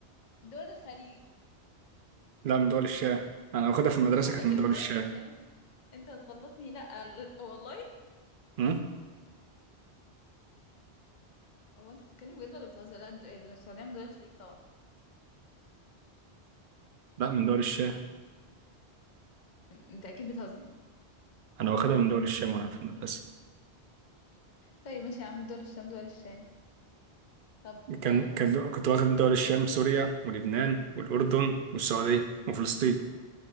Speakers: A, on the left (about 45°); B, on the right (about 55°).
A: دول الخليج
B: لا من دول الشام انا واخدها في المدرسة
A: هو
B: كانت
A: إيه اللي
B: من دول
A: من دول
B: الشام
A: الشام انت هتغلطني لا ال- والله
B: هم؟
A: هو أنت بتتكلم بجد ولا بتهزر لا الد- السعودية من دول الخليج طبعا
B: لا من دول الشام
A: أنت أكيد بتهزر
B: انا واخدها من دول الشام وانا في المدرسة
A: طيب ماشي يا عم دول الشام دول الشام طب
B: كان
A: طيب
B: كان- كنت واخد من دول الشام سوريا ولبنان والأردن والسعودية وفلسطين